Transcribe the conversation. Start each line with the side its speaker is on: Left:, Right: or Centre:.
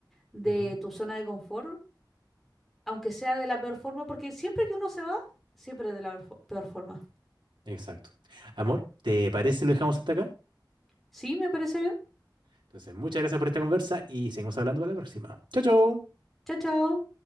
Centre: de
Right: Ujú,
Centre: tu zona de confort, aunque sea de la peor forma, porque siempre que uno se va, siempre es de la peor fo- peor forma.
Right: exacto. Amor, ¿te parece si lo dejamos hasta acá?
Centre: Sí, me parece bien.
Right: Entonces, muchas gracias por esta conversa y seguimos hablando para la próxima. Chao, chao.
Centre: Chao, chao.